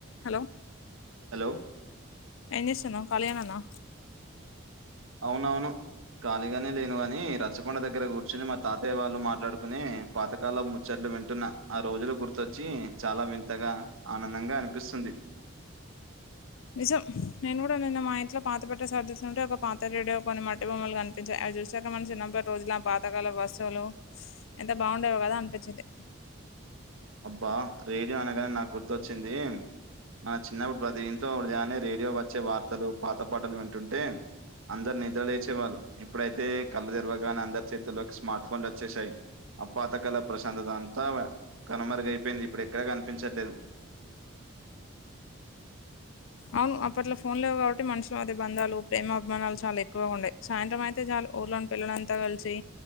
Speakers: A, on the left (about 70°); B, on the right (about 80°).
A: Hello
B: hello
A: ఏం జేస్తున్నవ్ కలీగనేనా
B: ఔనవును కాళీగనే లేనుగనీ రచ్చకొండ దగ్గర గూర్చొని మా తాతయ్య వాళ్ళు మాట్లాడుకునె పాతకాల ముచ్చట్ల్ వింటున్నా ఆ రోజులు గుర్తొచ్చీ చాలా వింతగా ఆనందంగా అన్పిస్తుంది
A: నిజం నేన్గుడ నిన్న మా ఇంట్లో పాత పెట్టె సర్దుతుంటే ఒక పాత రేడియో కొన్ని మట్టి బొమ్మల్ గన్పించాయ్ అవి జూసాక మన చిన్నప్పట్ రోజులు ఆ పాతకాలపు వస్తువులూ ఎంత బావుండేవో గదా అన్పిచ్చింది
B: అబ్బా రేడియో అనగానె నాక్ గుర్తొచ్చిందీ మన చిన్నప్పుడ్ ప్రతి ఇంట్లో వృదయ్యాన్నే రేడియో వచ్చే వార్తలూ పాత పాటల్ వింటుంటే అందర్ నిద్రలేచేవాళ్ళు ఇప్పుడైతే కళ్ళు తెరవగానే అందరి చేతుల్లోకి స్మార్ట్ ఫోన్లోచ్చేస్యాయ్ ఆ పాత కాల ప్రశాందత అంతా ప కనుమరుగైపోయింది ఇప్పుడెక్కడ గనిపించట్లేదు
A: ఔను అప్పట్లో ఫోన్లేవ్ గాబట్టి మనుషుల మధ్య బంధాలు ప్రేమభిమానాలు చాలా ఎక్కువగా ఉండే సాయంత్రం ఐతే చాలు ఊర్లోని పిల్లలంత గల్సీ